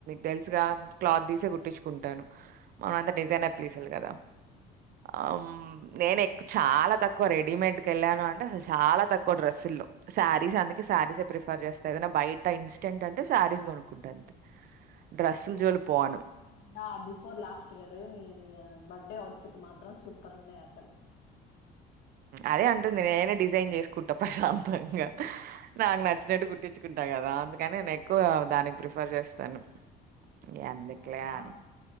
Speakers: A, on the right; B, on the left.
A: తెలుసుగా క్లాత్ తీసే కుట్టించుకుంటాను మనం అంతా డిజైనర్ ప్లీసులు కదా అమ్ నేను ఎక్ చాలా తక్కువ రెడీమేడ్కి వెళ్ళాను అంటే చాలా తక్కువ డ్రస్సుల్లో శారీస్ అందుకే శారీసే ప్రిఫర్ చేస్తా ఏదనా బయట ఇన్స్టెంట్ అంటే శారీస్ కొనుక్కుంటా అంతే డ్రెస్సులు జోలికి
B: ఈ లాస్ట్
A: పోను
B: ఇయర్ కాకుండా బిఫోర్ లాస్ట్ ఇయర్ నీవు <unintelligible> అఔట్ ఫిట్ మాత్రం సూపర్ గా ఉన్నాయి అసలు
A: అదే అంటుంది నేనే డిజైన్ చేసుకుంటా ప్రశాంతంగా నాకి నచ్చినట్టు కుట్టించ్చుకున్న అంతే కదా అందుకని నేను ఎక్కువ దానికి ప్రిఫర్ చేస్తాను ఇగ ఎందుకులే
B: అవున అక్కడ
A: అని